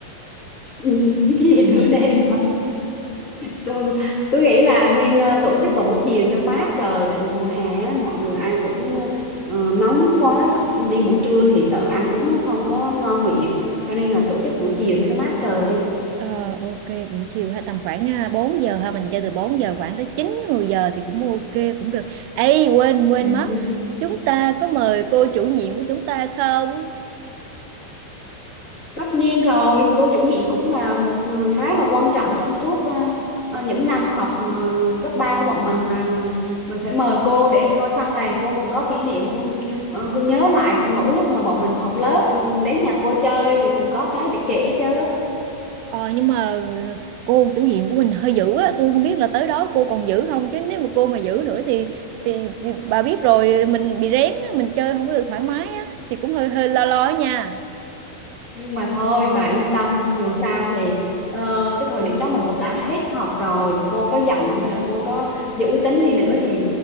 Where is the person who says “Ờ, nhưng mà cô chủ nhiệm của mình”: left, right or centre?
Right